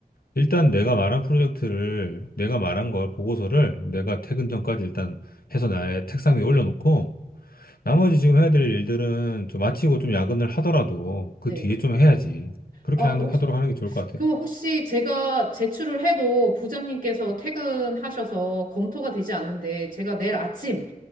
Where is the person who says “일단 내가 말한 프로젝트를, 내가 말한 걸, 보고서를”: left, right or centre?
Left